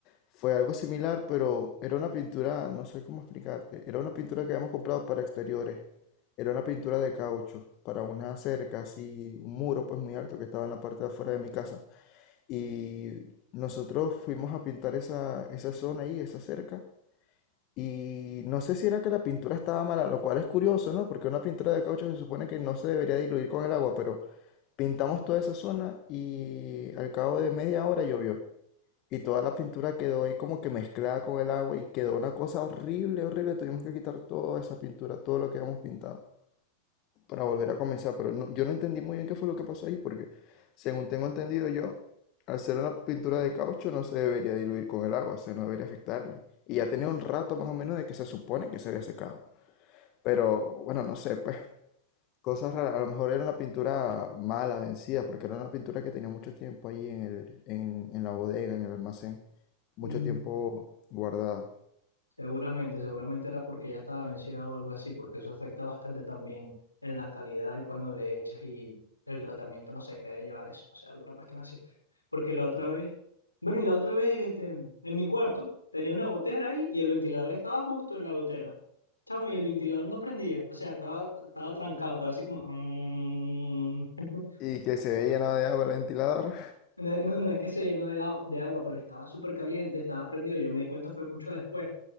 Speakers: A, on the left (about 40°); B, on the left (about 85°).
A: fue algo similar, pero era una pintura, no sé cómo explicarte, era una pintura que habíamos comprado para exteriores. Era una pintura de caucho para una cerca, así, un muro pues muy alto que estaba en la parte de afuera de mi casa. Y nosotros fuimos a pintar esa, esa zona ahí, esa cerca. Y no sé si era que la pintura estaba mala, lo cual es curioso, ¿no? Porque una pintura de caucho se supone que no se debería diluir con el agua, pero pintamos toda esa zona y al cabo de media hora llovió. Y toda la pintura quedó ahí como que mezclada con el agua y quedó una cosa horrible, horrible. Tuvimos que quitar toda esa pintura, todo lo que habíamos pintado para volver a comenzar, pero no- yo no entendí muy bien qué fue lo que pasó ahí, porque según tengo entendido yo, al ser una pintura de caucho no se debería diluir con el agua, o sea, no debería afectarle. Y ya tenía un rato más o menos de que se supone que se había secado. Pero bueno, no sé, pues cosas raras. A lo mejor era una pintura mala, vencida, porque era una pintura que tenía mucho tiempo ahí en el, en, en la bodega, en el almacén, mucho
B: Mm.
A: tiempo guardada.
B: Seguramente, seguramente era porque ya estaba vencida o algo así, porque eso afecta bastante también en la calidad y cuando le echas y el tratamiento, no sé qué debe llevar eso, o sea, alguna cuestión así. Porque la otra vez, bueno, y la otra vez, este, en mi cuarto tenía una gotera ahí y el ventilador estaba justo en la gotera. Chamo, y el ventilador no prendía, o sea, estaba, estaba trancado, estaba así como... mm. <laughs>
A: Y que se veía llenado de agua el ventilador.
B: No, no, no es que se llenó de, la- de agua, pero estaba súper caliente, estaba prendido, yo me di cuenta fue mucho después.